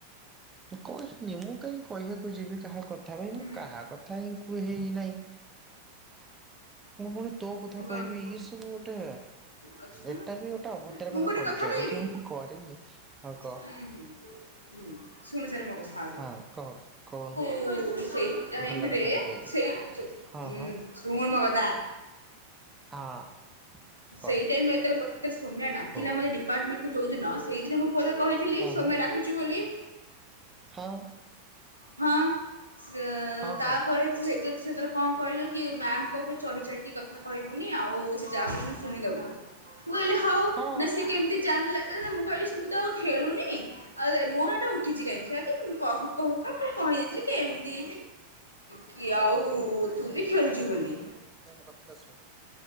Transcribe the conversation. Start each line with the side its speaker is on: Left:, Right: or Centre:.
Right: ମୁଁ କହିନି ମୁଁ କାଇଁ କହିବାକୁ ଯିବି। କାହା କ ତାବୋଲି
Left: ହୁଁ
Right: ମୁଁ କାହା କଥା ହିଁ କୁହେହି ନାହିଁ ମୁଁ ପୁଣି ତୋ କଥା
Left: ଗ-
Right: କହିବି ଇଏ ସବୁ ଗୋଟେ
Left: ଆଚ୍ଛା
Right: ଏଟା ବି ଗୋଟେ ଅଭଦ୍ରାମିର
Left: ମୁଁ ଗୋଟେ
Right: ପରିଚୟ
Left: କଥା କହିବି
Right: ଯଦି ମୁଁ କରେନି ହଁ କହ।
Left: ହୁଁ ହୁଁ ହୁଁ ଶୁଣିସାରେ ମୋ କଥା ଆଗ
Right: ହଁ କହୁ କହୁନୁ।
Left: ଯୋଉ ସେଇ ଟାଇରେ
Right: ଭଲ କଥାଟେ କହିବି
Left: ସେଇ ଯୋ
Right: ହଁ
Left: ଉଁ
Right: ହଁ।
Left: ଶୁଣୁ ମୋ କଥା
Right: ହଁ କ
Left: ସେଇ ଟାଇମରେ ମୁଁ ଯେତେବେଳେ ପଚାରିଥିଲି ସୋମ୍ୟା ଡାକିଲା
Right: ହୁଁ
Left: ମତେ ଡିପାର୍ଟମେଣ୍ଟକୁ ଯୋଉଦିନ ସେଇଦିନ ମୁଁ ପରେ କହିଥିଲି
Right: ହଁ
Left: ସୋମ୍ୟା
Right: ହଁ
Left: ଡାକୁଚି ବୋଲି।
Right: ହଁ
Left: ହଁ। ସେ
Right: ହଁ
Left: ତାପରେ
Right: ହଁ ହଁ।
Left: ତୁ ସେତେ ତୁ ସେତେବେଳେ କଣ କହିଲୁ କି ମ୍ୟାାମଙ୍କ ଉପରେ ଚଢି ଚାଢିକି କଥା କହିବୁନି ଆଉ ସେ ଯାହା କହୁଚନ୍ତି ଶୁଣିଦୋବୁ ମୁଁ କହିଲି ହୋଉ
Right: ହଁ
Left: ନା ସେ କେମିତି ଜାଣିଲା ଆ ମୁଁ କହିଲି ସି ମୁଁ ତ ଆଉ ଖେଳୁନି ଆଉ ମୋ ନାଁଟା ଉଠିଛି କାହିଁକି ସେୟାକି ମୁଁ କହୁ କହୁକା
Right: ନା
Left: ମୁଁ କହିଦେଇଥିଲି
Right: କଣ
Left: କି ଏମିତି
Right: ପାଇଁ
Left: କି
Right: କଣ
Left: ଆଉ
Right: ପାଇଁ
Left: ତୁ ବି
Right: ନା
Left: ଖେଳୁଛୁ
Right: ଶୁଣନୁ
Left: ବୋଲି।
Right: ନା ମୋ କଥାଟା ଶୁଣ।